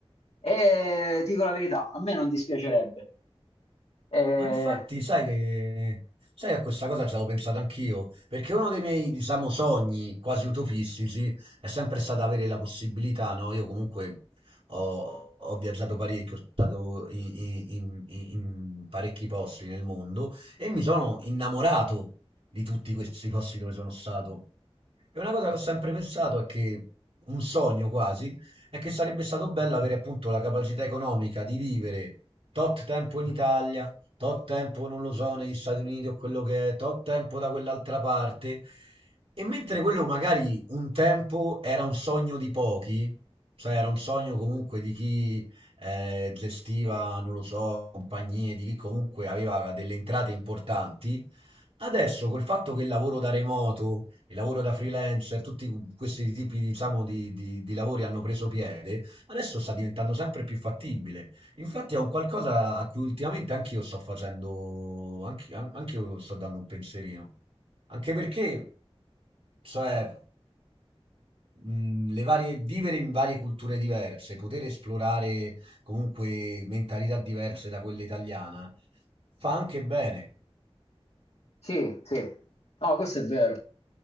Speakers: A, on the left; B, on the right.
A: E ti dico la verità, a me non dispiacerebbe. Eh,
B: Ma infatti, sai che, sai, a questa cosa ci avevo pensato anch'io, perché uno dei miei, diciamo, sogni quasi utopistici è sempre stato avere la possibilità, no? Io comunque ho, ho viaggiato parecchio, sono stato i- i- in, in- in parecchi posti nel mondo e mi sono innamorato di tutti questi posti dove sono stato. E una cosa che ho sempre pensato è che un sogno quasi è che sarebbe stato bello avere appunto la capacità economica di vivere tot tempo in Italia, tot tempo non lo so, negli Stati Uniti o quello che è, tot tempo da quell'altra parte. E mentre quello magari un tempo era un sogno di pochi, cioè era un sogno comunque di chi eh, gestiva, non lo so, compagnie, di chi comunque aveva delle entrate importanti. Adesso col fatto che il lavoro da remoto, il lavoro da freelancer, tutti questi tipi, diciamo, di, di- di lavori hanno preso piede, adesso sta diventando sempre più fattibile. Infatti è un qualcosa a cui ultimamente anch'io sto facendo, anche, an- anch'io sto dando un pensierino. Anche perché, cioè, mh, le varie, vivere in varie culture diverse, poter esplorare comunque mentalità diverse da quella italiana, fa anche bene.
A: Sì, sì, no, questo è vero.